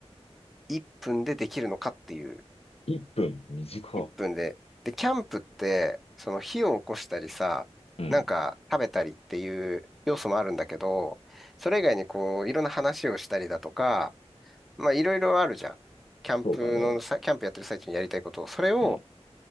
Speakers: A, in the centre; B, on the left (about 65°).
A: 1分でできるのかっていう、
B: 1分短
A: 1分で。で、キャンプって、その火を起こしたりさ、
B: いうん。
A: なんか食べたりっていう要素もあるんだけど、それ以外にこう、いろんな話をしたりだとか、まあいろいろあるじゃん。キャンプのさ、
B: そうだね。
A: キャンプやってる最中にやりたいことを、それを
B: うん。